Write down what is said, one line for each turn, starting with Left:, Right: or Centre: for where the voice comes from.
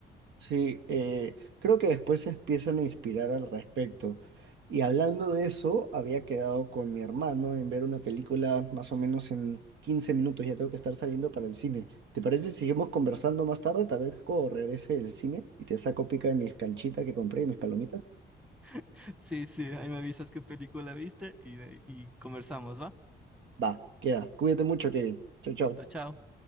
Right: Sí, eh, creo que después se empiezan a inspirar al respecto. Y hablando de eso, había quedado con mi hermano en ver una película más o menos en 15 minutos. Ya tengo que estar saliendo para el cine. ¿Te parece si seguimos conversando más tarde? Tal vez cuando regrese del cine y te saco pica de mis canchitas que compré y mis palomitas.
Centre: <laughs> Sí, sí, ahí me avisas qué película viste y, de- y conversamos, ¿va?
Right: Va, queda. Cuídate mucho, Kevin. Chau, chau.
Centre: Listo, chao.